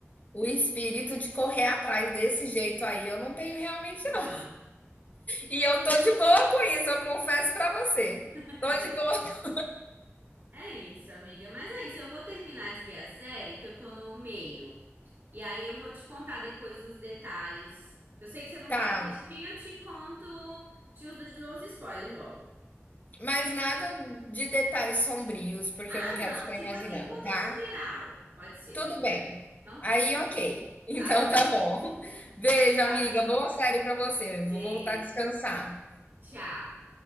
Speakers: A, on the left; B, on the right.
A: O espírito de correr atrás desse jeito aí, eu não tenho realmente,
B: Não,
A: não. E eu tô de boa com isso, eu confesso pra você.
B: <laughs>
A: Tô
B: é verdade.
A: de boa.
B: É isso, amiga. Mas é isso, eu vou terminar de ver a série, que eu tô no meio. E aí eu vou te contar depois os detalhes. Eu sei que você não
A: Tá,
B: vai assistir, eu te conto, te os dos spoilers logo.
A: mas nada de detalhes sombrios, porque
B: Ah,
A: eu não quero
B: não.
A: ficar
B: Tipo
A: imaginando,
B: assim, um contexto
A: tá?
B: geral. Pode ser,
A: Tudo
B: um
A: bem.
B: geral. Então
A: Aí,
B: tá.
A: ok. <laughs> Então
B: Tá bom.
A: tá bom. <laughs>
B: Então
A: Beijo,
B: tá,
A: amiga.
B: amiga.
A: Boa série pra você. Eu vou
B: Beijo.
A: voltar a descansar.
B: Tchau.